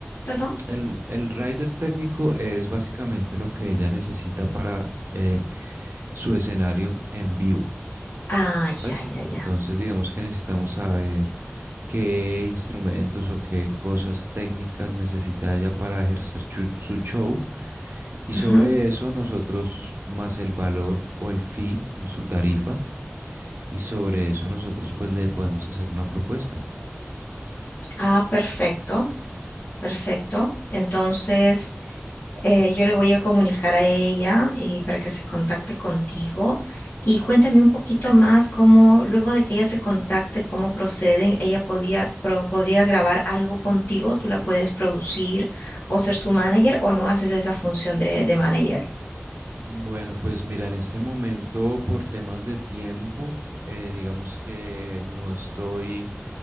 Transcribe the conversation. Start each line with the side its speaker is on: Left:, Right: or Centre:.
Left: Perdón.
Right: El, el rider técnico es básicamente lo que ella necesita para eh, su escenario en vivo.
Left: Ah,
Right: ¿sabes?
Left: ya, ya,
Right: Entonces,
Left: ya.
Right: digamos que necesitamos saber qué instrumentos o qué cosas técnicas necesita ella para ejercer chu- su show. Y
Left: Ujú.
Right: sobre eso nosotros, más el valor o el fee, su tarifa, y sobre eso nosotros pues le podemos hacer una propuesta.
Left: Ah, perfecto, perfecto. Entonces, Eh, yo le voy a comunicar a ella eh, para que se contacte contigo y cuéntame un poquito más cómo, luego de que ella se contacte, cómo proceden. Ella podía, pro- podría grabar algo contigo, tú la puedes producir o ser su manager o no haces esa función de, de manager.
Right: Bueno, pues mira, en este momento por temas de tiempo, eh, digamos que no estoy